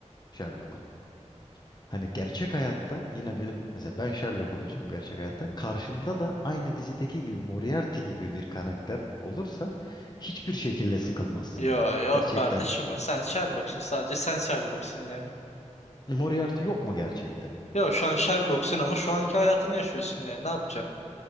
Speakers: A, on the left; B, on the left.
A: Sherlock'un. Hani gerçek hayatta yine benim mesela ben Sherlock olacağım gerçek hayatta. Karşımda da aynı dizideki gibi Moriarty gibi bir karakter olursa hiçbir şekilde sıkılmazsın
B: Yo
A: ya.
B: yok
A: Gerçekten
B: kardeşim o. Sen Sherlock'sun sadece. Sen Sherlock'sun yani.
A: Moriarty yok mu gerçekte?
B: Yo şu an Sherlock'sun ama şu anki hayatını yaşıyorsun yani. Ne yapacaksın?